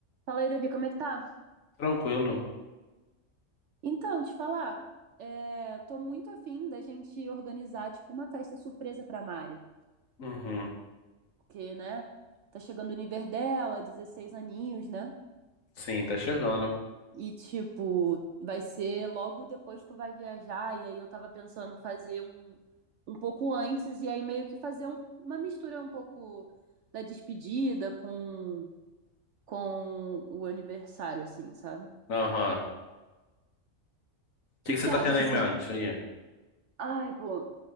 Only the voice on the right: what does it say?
Fala aí, Davi, como é que tá?
Então, te falar, é, tô muito afim da gente organizar, tipo, uma festa surpresa pra Mari.
Porque, né, tá chegando o nível dela, 16 aninhos, né?
E, tipo, vai ser logo depois que tu vai viajar. E aí eu tava pensando fazer um, um pouco antes, e aí meio que fazer um- uma mistura um pouco da despedida com, com o aniversário, assim, sabe? O
que
que
você
acha?
Ai, pô,